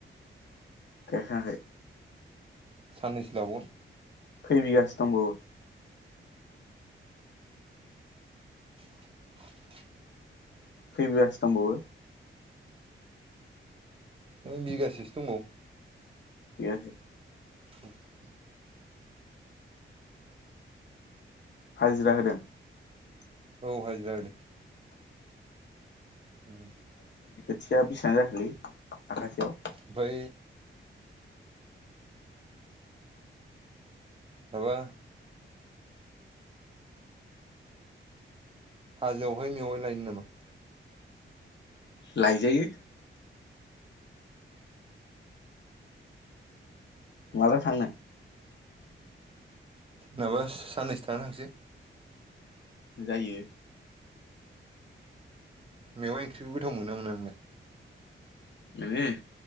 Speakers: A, on the left; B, on the right.
A: गाइखांआखै?
B: साननैसो लाबावगोन
A: खै बिगासो दंबावो?
B: <unintelligible>
A: खै बिगासो दंबावो?
B: बिगासेसो दंबावो।
A: बिगासे
B: <unintelligible>
A: हाजिरा होदों?
B: औ हाजिरा होदों। उम।
A: खाथिया बेसिबां जाखोलै? आखासेयाव
B: बै माबा हाजोआवहाय मेवाइ लायनो नामा?
A: लायजायो माला थांनो?
B: माबा साननैसो थानानै थांसै।
A: जायो।
B: मेव ओंख्रिखौ गोथाव मोना मोना नोंलाय?
A: मे